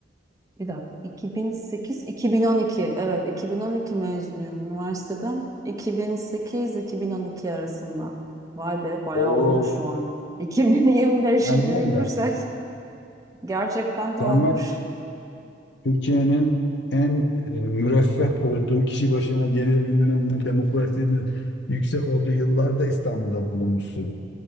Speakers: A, on the right; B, on the left.
A: bir dakika, 2008-2012, evet 2012 mezunuyum üniversiteden. 2008-2012 arasında. Vay be, bayağı
B: O
A: olmuş şu an. 2025'i
B: sen
A: düşünürsek
B: var ya.
A: <laughs> gerçekten de
B: Sen
A: olmuş.
B: var Türkiye'nin en e, müreffeh olduğu kişi başına gelebilmem ne demokrasinin yüksek olduğu yıllarda İstanbul'da bulunmuşsun.